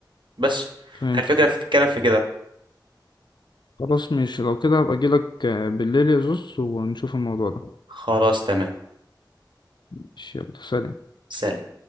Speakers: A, on the right; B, on the left.
A: بس
B: فهمت
A: الفكره بتتكلم في كده
B: خلاص ماشي لو كده هبقى اجيلك آه، بالليل يا زوز ونشوف الموضوع ده
A: خلاص تمام
B: ماشي يلا سلام
A: سلام